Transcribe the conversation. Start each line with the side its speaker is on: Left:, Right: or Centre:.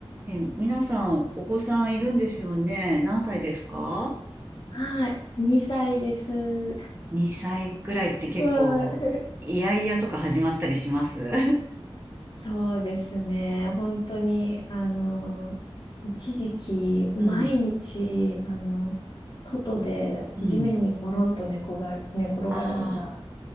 Right: え、皆さん、お子さんいるんですよね。何歳ですか
Left: はい。2歳です。
Right: ?2 歳くらいって結構、
Left: はい。
Right: いやいやとか始まったりします <laughs>
Left: そうですね。本当に、あの、一時期、毎日、
Right: うん、
Left: あの、外で地面にゴロンと寝転がる、
Right: うん。
Left: 寝転がるのが、
Right: あ